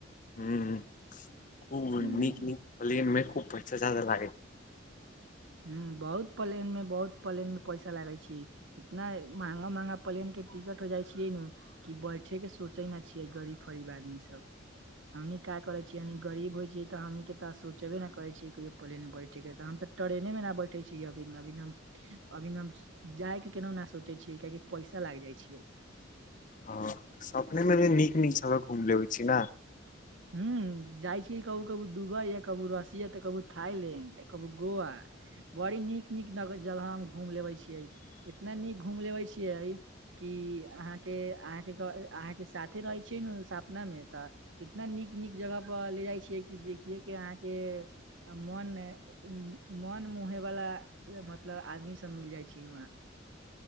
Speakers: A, on the left (about 40°); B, on the right (about 65°).
A: हुं खूब
B: ह
A: नीक-नीक प्लैन मे खूब पैसा जादा लागै
B: हुं बहुत प्लैन में, बहुत प्लैन में पैसा लागे छी इतना महंगा-महंगा प्लैन के टिकट हो जाइ छियै नै कि बैठे के सोचे न छियै गरीब-फरीब आदमी सब। हमनी क करे छीयै हमनी गरीब होय छीयै त हमनी के त सोचबे न करै छीयै कहियो प्लैन मे बैठे के त हम तऽ टरेने मे न बैठे छी अभी अभी तै हम अभी न हम जाय के केन्हु नै सोचे छियै कियाकि पैसा लाग जाइ छियै।
A: हां सपने मे भी नीक-नीक जगह घूम लेबै छीयै नै।
B: हूँ। जाइ छियै कभु-कभु दुबै या कभु रसिया तै कभू थाईलैंड कभु गोआ। बड़ी नीक-नीक न जगह हम घूम लेबे छियै, इतना नीक घूम लेबे छियै कि आहाँके-आहाँके क आहाँके साथे रहै छियै नै सपना मे तऽ इतना नीक-नीक जगह पर ले जाय छियै कि देखियै के आहाँके आ मौन उम्म मौन मोहैवला मतलब आदमी सब मिल जाय छै वहाँ।